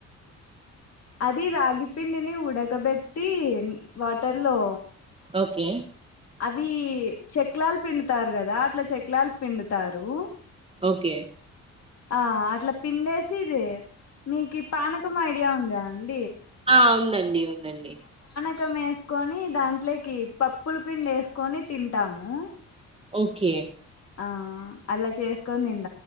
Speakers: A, on the left; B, on the right.
A: అది రాగి పిండిని ఉడక బెట్టి వాటర్లో
B: ఓకే
A: అవి చెక్లాలు పిండుతారు కదా అట్లా చెక్లాలు పిండుతారు
B: ఓకే
A: ఆ అట్లా పిండేసి ఇది మీకి పానకం ఐడియా ఉందా అండి
B: ఆ ఉందండి ఉందండి
A: పాకం వేసుకొని దాంట్లోకి పప్పుల పిండి వేసుకొని తింటాము
B: ఓకే
A: ఆ అలా చేసుకోని తిన్